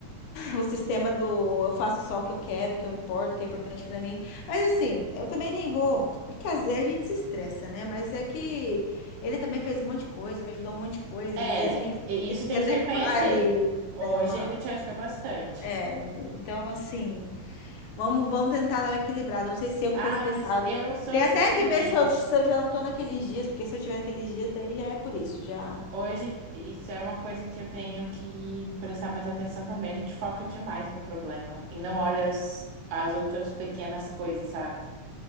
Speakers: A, on the left; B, on the right.
A: O sistema do eu faço só o que eu quero, o que eu importo, o que é importante pra mim. Mas assim, eu também nem vou. É que às vezes a gente se estressa, né? Mas é que ele também fez um monte de coisa, me ajudou um monte de coisa.
B: é,
A: Às vezes a gente também
B: e-
A: tem
B: isso
A: que
B: tem
A: relevar
B: que reconhecer.
A: ali,
B: Hoje
A: né? Uma...
B: ele te ajuda bastante.
A: É, então assim, vamos, vamos tentar dar uma equilibrada. Não sei se eu que
B: Ah,
A: tô estressada.
B: mas eu sou
A: Tem
B: assim
A: até
B: também.
A: que ver se eu, se eu já não tô naqueles dias, porque se eu tiver naqueles dias, daí já é por isso, já.
B: Hoje, isso é uma coisa que eu tenho que prestar mais atenção também. A gente foca demais no problema e não olha as, as outras pequenas coisas, sabe?